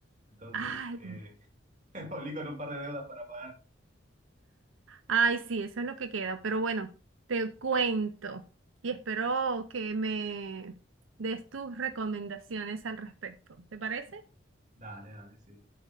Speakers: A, on the right (about 40°); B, on the right (about 85°).
A: entonces
B: Ay.
A: eh, <laughs> volví con un par de deudas para pagar.
B: Ay, sí, eso es lo que queda. Pero bueno, te cuento y espero que me des tus recomendaciones al respecto. ¿Te parece?
A: Dale, dale, sí.